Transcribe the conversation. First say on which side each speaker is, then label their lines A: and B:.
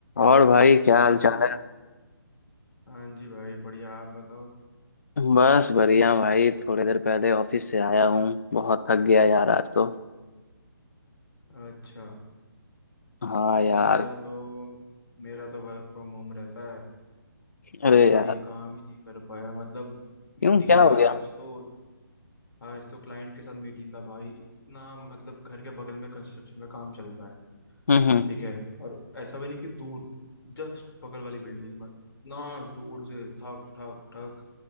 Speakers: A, on the left; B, on the left.
A: और भाई क्या
B: Hello
A: हाल चाल है
B: हाँ जी भाई बढ़िया आप बताओ
A: बस बढ़िया भाई थोड़ी देर पहले ऑफिस से आया हूँ बहुत थक गया यार आज तो
B: अच्छा
A: हाँ यार
B: भाई मेरा तो मेरा तो वर्क फ्रॉम होम रहता है
A: अरे
B: तो भाई
A: यार
B: काम ही नहीं कर पाया मतलब मीटिंग
A: क्यों क्या हो
B: था
A: गया
B: आज तो आज तो क्लाइंट के साथ मीटिंग था भाई इतना मतलब घर के बगल में कंस्ट्रक्शन का काम चल रहा है
A: हम्म हम्म
B: ठीक है और ऐसा भी नहीं कि दूर जस्ट बगल वाली बिल्डिंग में इतना जोर से ठक ठक ठक